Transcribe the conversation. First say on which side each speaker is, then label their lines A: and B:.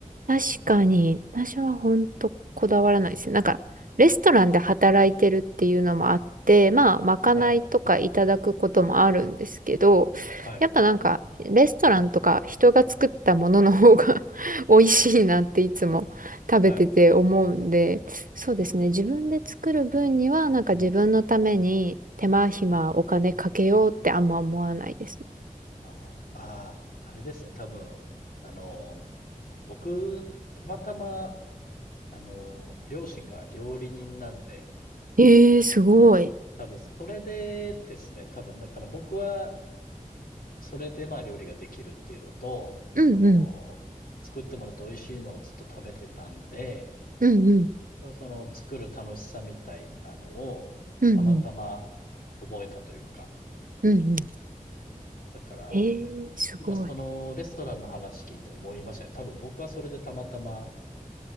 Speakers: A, on the right; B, on the left.
A: 確かに、
B: うん。
A: 私は本当こだわらないですね。なんか、レストランで働いてるっていうのもあって、まあ、まかないとかいただくこともあるんですけど、
B: はい、はい、
A: やっぱなんか、レストランとか人が作ったものの方が <laughs> 美味しいなっていつも食べてて思うんで、
B: はい。
A: そうですね。自分で作る分には、なんか自分のために手間暇お金かけようってあんま思わないですね。
B: うん。ああ、ああ、あれですね。多分、あの、僕、たまたま、あの、両親が料理人なんで、
A: ええすごい。
B: 多分、それでですね、多分、だから僕は、それでまあ料理ができるっていうのと、
A: うんうん。
B: その、作ってもらって美味しいのをずっと食べてたんで、
A: うんうん。
B: でもその、作る楽しさみたいなのを、
A: うんうん。
B: たまたま覚えたというか、
A: うんうん。
B: だから、
A: ええすごい。
B: 今そのレストランの話聞いて思いましたね。多分僕はそれでたまたま